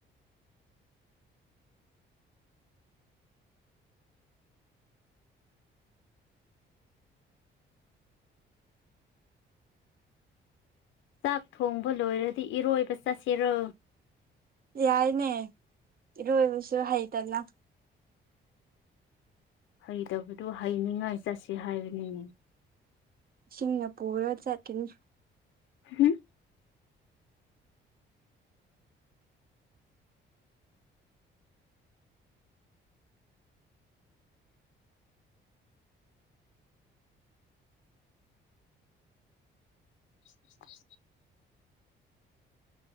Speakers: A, on the left; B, on the right.
A: ꯆꯥꯛ ꯊꯣꯡꯕ ꯂꯣꯏꯔꯗꯤ ꯏꯔꯣꯏꯕ ꯆꯠꯁꯤꯔꯣ
B: ꯌꯥꯏꯅꯦ ꯏꯔꯣꯏꯕꯁꯨ ꯍꯩꯇꯅ
A: ꯍꯩꯇꯕꯗꯣ ꯍꯩꯅꯤꯡꯉꯥꯏ ꯆꯠꯁꯤ ꯍꯥꯏꯕꯅꯤꯅꯦ
B: ꯏꯁꯤꯡꯅ ꯄꯨꯔ ꯆꯠꯈꯤꯅꯤ
A: ꯍꯨꯝ <inaudible>